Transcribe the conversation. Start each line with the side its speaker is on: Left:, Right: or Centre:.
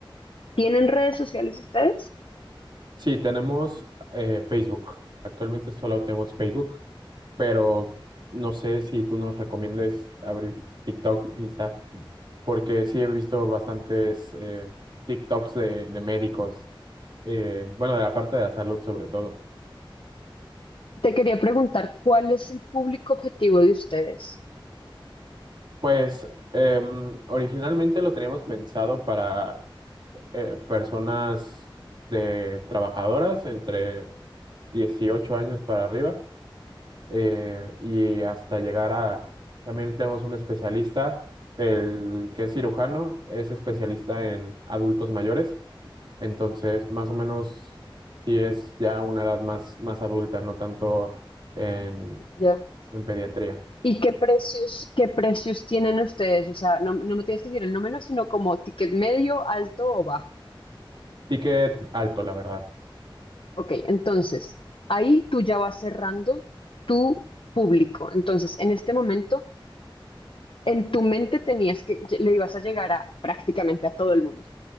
Left: ¿Tienen redes sociales ustedes?
Right: Sí, tenemos eh, Facebook. Actualmente solo tenemos Facebook, pero no sé si tú nos recomiendes abrir TikTok, Insta. porque sí he visto bastantes eh, TikToks de, de médicos, eh, bueno, de la parte de la salud sobre todo.
Left: Te quería preguntar, ¿cuál es el público objetivo de ustedes?
Right: Pues em, originalmente lo teníamos pensado para eh, personas de trabajadoras entre 18 años para arriba eh, y hasta llegar a, también tenemos un especialista, el que es cirujano, es especialista en adultos mayores. Entonces, más o menos, sí es ya una edad más, más adulta, no tanto en,
Left: Ya.
Right: en pediatría.
Left: ¿Y qué precios, qué precios tienen ustedes? O sea, no, no me tienes que decir el número, sino como ticket medio, alto o bajo.
Right: Ticket alto, la verdad.
Left: Ok, entonces, ahí tú ya vas cerrando tu público. Entonces, en este momento, en tu mente tenías que, le ibas a llegar a prácticamente a todo el mundo.